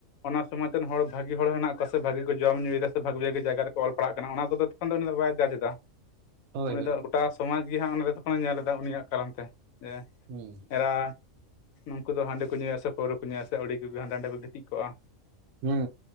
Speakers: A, on the left; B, on the right.
A: ᱚᱱᱟ ᱥᱚᱢᱟᱡᱽ ᱨᱮᱱ ᱦᱚᱲ ᱵᱷᱟᱜᱤ ᱦᱚᱲ ᱦᱮᱱᱟᱜ ᱠᱚᱣᱟ ᱥᱮ ᱵᱷᱟᱜᱤ ᱠᱚ ᱡᱚᱢ ᱧᱩᱭᱮᱫᱟ ᱥᱮ ᱵᱷᱟᱜᱮ ᱵᱷᱟᱜᱮ ᱡᱟᱭᱜᱟ ᱨᱮᱠᱚ ᱚᱞ ᱯᱟᱲᱦᱟᱜ ᱠᱟᱱᱟ ᱚᱱᱟ ᱠᱚᱫᱚ ᱛᱚᱠᱷᱚᱱ ᱩᱱᱤ ᱫᱚ ᱵᱟᱭ ᱡᱟᱡ ᱮᱫᱟ
B: ᱦᱳᱭ
A: ᱩᱱᱤ
B: ᱦᱳᱭ
A: ᱫᱚ ᱜᱚᱴᱟ ᱥᱚᱢᱟᱡᱽ ᱜᱮ ᱦᱟᱸᱜ ᱚᱱᱰᱮ ᱛᱚᱠᱷᱚᱱᱮ ᱧᱮᱞ ᱮᱫᱟ ᱩᱱᱤᱭᱟᱜ ᱠᱟᱨᱚᱱ ᱛᱮ ᱡᱮ
B: ᱦᱩᱸ
A: ᱮᱨᱟ ᱱᱩᱱᱠᱩ ᱫᱚ ᱦᱟᱸᱰᱮ ᱠᱚ ᱧᱩᱭᱟᱥᱮ ᱯᱟᱹᱣᱨᱟᱹ ᱠᱚ ᱧᱩᱭᱟᱥᱮ ᱟᱹᱣᱲᱤ ᱜᱮ ᱦᱟᱸᱰᱮ ᱱᱟᱸᱰᱮ ᱠᱚ ᱜᱤᱛᱤᱡ ᱠᱚᱜᱼᱟ
B: ᱦᱩᱸ